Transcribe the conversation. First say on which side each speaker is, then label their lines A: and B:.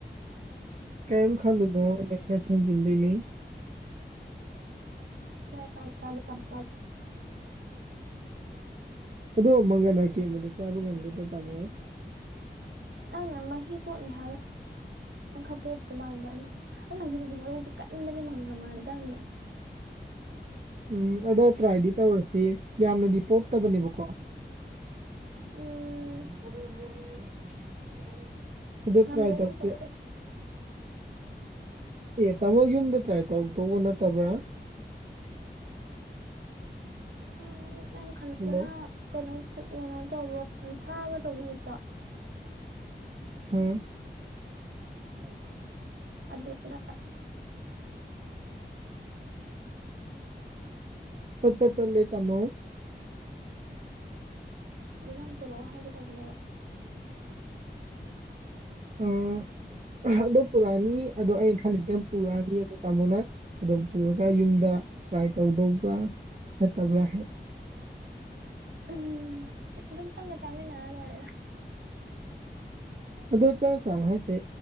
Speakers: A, on the right; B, on the right.
A: ꯀꯩꯝ ꯈꯜꯨꯂꯨꯅꯣ <unintelligible> ꯊꯪꯖꯤꯟꯗꯨꯏꯅꯤ
B: <unintelligible>
A: ꯑꯗꯣ ꯃꯪꯒꯟ ꯑꯀꯦꯝꯕꯗ ꯆꯥꯕ ꯉꯝꯒꯗ꯭ꯔꯥ ꯇꯥꯃꯣ
B: ꯅꯪꯅ ꯃꯍꯤ ꯇꯣꯠꯅꯤ ꯍꯥꯏꯂ ꯅꯪ ꯈꯔꯄꯣꯞꯇꯣ ꯃꯥꯟꯕ <unintelligible> ꯃꯔꯨꯗꯨ ꯀꯟꯕꯅꯦ ꯃꯪꯒꯟꯒ ꯃꯥꯟꯅꯗꯕꯅꯦ
A: ꯎꯝ ꯑꯗꯣ ꯇ꯭ꯔꯥꯏꯗꯤ ꯇꯧꯔꯁꯤ ꯌꯥꯝꯅꯗꯤ ꯄꯣꯛꯇꯕꯅꯦꯕꯀꯣ
B: ꯎꯝ
A: <unintelligible> ꯑꯗꯨꯗ
B: ꯉꯝꯗ꯭ꯔꯦ
A: ꯇ꯭ꯔꯥꯏ ꯇꯧꯁꯤ
B: ꯅꯪ ꯆꯠ
A: ꯑꯦ ꯇꯥꯃꯣ ꯌꯨꯝꯗ ꯇ꯭ꯔꯥꯏ ꯇꯧꯔꯛꯇꯧꯕ ꯅꯠꯇꯕ꯭ꯔꯥ <unintelligible>
B: ꯎꯝ ꯑꯩꯅ ꯈꯟꯕꯗꯅ
A: ꯍꯜꯂꯣ
B: ꯀꯩꯅꯣ <unintelligible> ꯀꯩꯅꯣ ꯇꯧꯕ ꯁꯥꯕ ꯇꯧꯕ ꯃꯤꯠꯇꯣ
A: ꯎꯝ <unintelligible>
B: ꯑꯗꯨꯗ
A: ꯄꯠ ꯄꯠ ꯇꯠꯂꯦ ꯇꯃꯣ
B: ꯁꯤꯗ ꯅꯪ ꯇꯧꯔꯛꯑꯣ ꯍꯥꯏꯒꯦ ꯇꯧꯕꯅꯦꯕ
A: ꯎꯝ ꯑꯗꯣ ꯄꯨꯔꯛꯅꯤ ꯑꯗꯣ ꯑꯩꯅ ꯈꯜꯂꯤꯁꯤꯅ ꯄꯨꯔꯛꯅꯤ ꯑꯗꯨ ꯇꯥꯃꯣꯅ ꯑꯗꯨꯝ ꯄꯨꯔꯒ ꯌꯨꯝꯗ ꯇ꯭ꯔꯥꯏ ꯇꯧꯗꯧꯕ꯭ꯔꯥ ꯅꯠꯇꯕ꯭ꯔꯥ
B: ꯎꯝ ꯑꯗꯨꯝ ꯆꯪꯒ ꯆꯥꯃꯤꯟꯅꯔ ꯂꯣꯏꯔꯦꯗ
A: <unintelligible> ꯑꯗꯣ ꯆꯦ ꯆꯥꯡ ꯍꯥꯏꯁꯦ